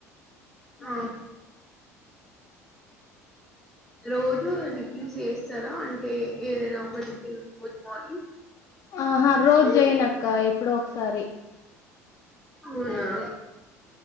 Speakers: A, in the centre; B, on the left (about 40°).
A: ఆ
B: అదే
A: రోజు టిఫిన్స్ చేస్తారా అంటే ఏదైనా ఒక టిఫిన్ గుడ్ మార్నింగ్
B: ఆహ రోజు జయనక్క ఎప్పుడో ఒకసారి
A: అవునా